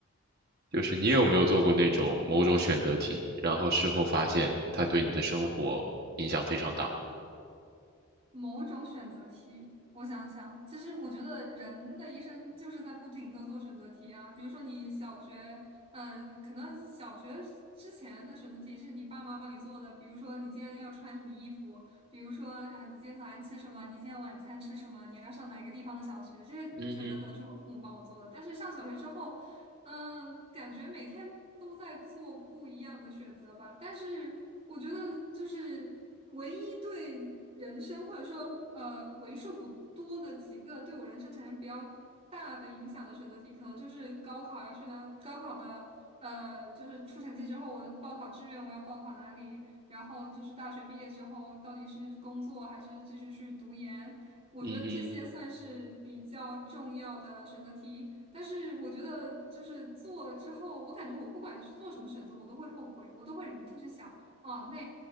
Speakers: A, on the right; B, on the right.
A: 就是你有没有做过那种某种选择题，然后事后发现它对你的生活影响非常大？
B: 某种选择题，我想想，其实我觉得人的一生就是在不停的做选择题啊。比如说你小学，嗯，可能小学之前的选择题是你爸妈帮你做的，比如说你今天要穿什么衣服，比如说啊，你今天早餐吃什么，你今天晚餐吃什么，你要上哪一个地方的小学，这些选择可能是我父母帮我做的。
A: 嗯哼，
B: 但是上小学之后，嗯，感觉每天都在做不一样的选择吧，但是我觉得就是唯一对人生或者说呃为数不多的几个对我人生产生比较大的影响的选择题，可能就是高考要去哪，高考的呃就是出成绩之后，我的报考志愿我要报考哪里，然后就是大学毕业之后到底是工作还是继续去读研，我觉得这些算是比较重要的选择题。
A: 嗯哼，
B: 但是我觉得就是做了之后，我感觉我不管是做什么选择，我都会后悔，我都会忍不住去想啊，那